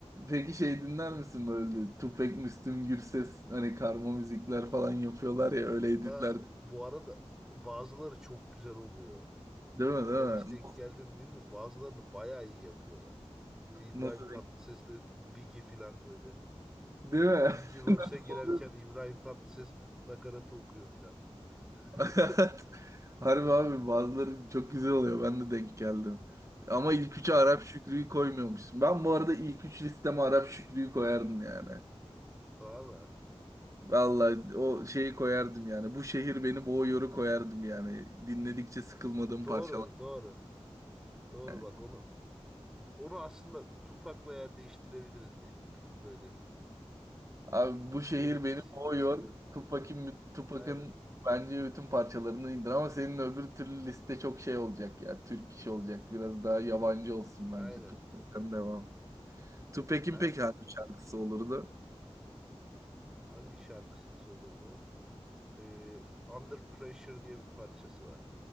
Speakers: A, on the right (about 30°); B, in the centre.
A: Peki şey dinler misin böyle? Tüfek, Müslüm Gürses hani karma müzikler falan yapıyorlar ya öyle editler.
B: Aa, bu arada bazıları çok güzel oluyor.
A: Değil mi
B: Sen
A: değil
B: hiç denk
A: mi?
B: geldin mi bilmiyorum. Bazılarını bayağı iyi yapıyorlar. Bu İbrahim
A: Nasıl?
B: Tatlıses'le Biggie falan böyle.
A: Değil mi?
B: Biggie verse'e
A: <laughs>
B: girerken
A: Oluyordu.
B: İbrahim Tatlıses nakaratı okuyor falan böyle.
A: <laughs>
B: <laughs>
A: Harbi abi bazıları çok güzel oluyor. Ben de denk geldim. Ama ilk
B: Hı.
A: üçe Arap Şükrü'yü koymuyormuşsun. Ben bu arada ilk üç listeme Arap Şükrü'yü koyardım yani.
B: Valla.
A: Vallahi o şeyi koyardım yani. Bu şehir beni boğuyor'u koyardım yani. Dinledikçe sıkılmadığım
B: Doğru,
A: parçalar
B: doğru. Doğru
A: yani.
B: bak onu onu aslında Tupac'la yer değiştirebiliriz bir, bir böyle.
A: Abi bu şehir
B: Böyle ikisi
A: beni boğuyor.
B: 3 dört
A: Tupac'in Tupac'ın
B: Aynen.
A: bence bütün parçalarını indir ama senin öbür türlü liste çok şey olacak ya. Türk işi olacak. Biraz daha yabancı olsun bence.
B: Aynen.
A: Tupac'ten devam. Tupac'in
B: Aynen.
A: peki hangi şarkısı olurdu?
B: Hangi şarkısı olurdu? Ee, Under Pressure diye bir parçası var.